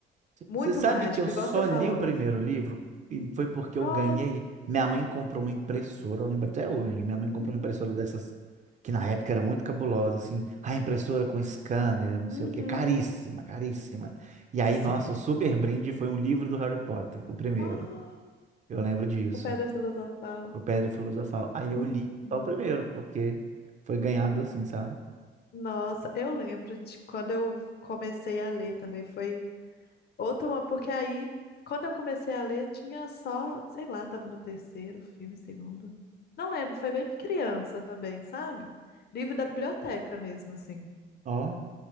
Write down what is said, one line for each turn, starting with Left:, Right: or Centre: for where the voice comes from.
Left: Muito
Right: Você sabe
Left: mágico,
Right: que eu só
Left: igual você falou.
Right: li o primeiro livro e foi porque eu
Left: Oh,
Right: ganhei. Minha mãe comprou uma impressora, eu lembro até hoje. Minha mãe
Left: uhum,
Right: comprou uma impressora dessas que na época era muito cabulosa, assim, a impressora com scanner, não
Left: uhum,
Right: sei o quê, caríssima, caríssima. E aí,
Left: Sim.
Right: nossa, o super brinde foi um livro do Harry Potter, o primeiro.
Left: oh,
Right: Eu lembro disso,
Left: o Pedra Filosofal.
Right: o Pedra Filosofal. Aí
Left: Uhum.
Right: eu li só o primeiro, porque foi ganhado assim, sabe?
Left: Nossa, eu lembro de quando eu comecei a ler também, foi outra, uma- porque aí, quando eu comecei a ler, tinha só, sei lá, tava no terceiro filme, segundo. Não lembro, foi bem criança também, sabe? Livro da biblioteca mesmo, assim.
Right: Ó,